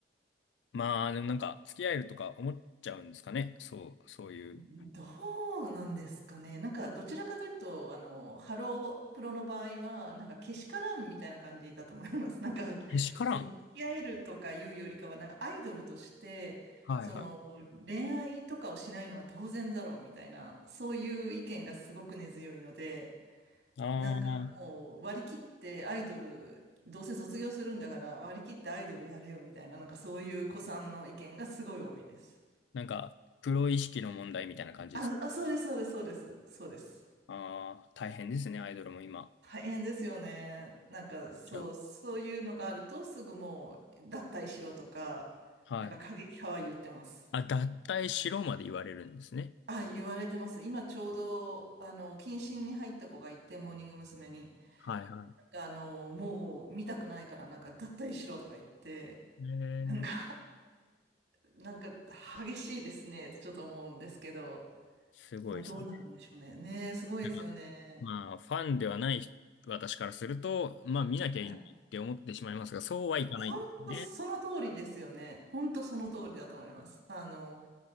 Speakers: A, on the left; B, on the right.
A: まあ、でもなんか、付き合えるとか思っちゃうんですかね。そう、そういう。
B: どうなんですかね。なんか、どちらかというと、あの、ハロープロの場合は、なんか、けしからんみたいな感じだと思います。なんか、
A: けしからん。
B: その、付き合えるとかいうよりかは、なんか、アイドルとして、
A: はいは
B: その、恋愛とかをしないのは当然だろうみたいな、そういう意見がすごく根強いので、
A: い。ああ、
B: なんかもう割り切ってアイドル、どうせ卒業するんだから割り切ってアイドルやれよみたいな、なんかそういう子さんの意見がすごい多いです。
A: なんか、プロ意識の問題みたいな感じです。
B: あ、あ、そうです、そうです、そうです、そうです。
A: ああ、大変ですね、アイドルも今。
B: 大変ですよね。なんかそう、
A: ちゃう
B: そういうのがあるとすぐもう脱退しろとか、
A: はい。
B: なんか過激派は言ってます。
A: あ、脱退しろまで言われるんですね。
B: あ、言われてます。今ちょうど、あの、謹慎に入った子がいて、モーニング娘。に、
A: はいはい。
B: なんかあの、もう見たくないからなんか脱退しろとか言って、
A: へえ
B: なんか、なんか激しいですねってちょっと思うんですけど、
A: すごいですね。
B: まあどうなるんでしょうね。ねえ、すごいですよね。
A: なんかまあ、ファンではない人私からすると、まあ、見なきゃいいのにって思ってしまいますが、
B: はい。い
A: そうはいかないんですね。
B: や、本当その通りですよね。本当その通りだと思います。あの、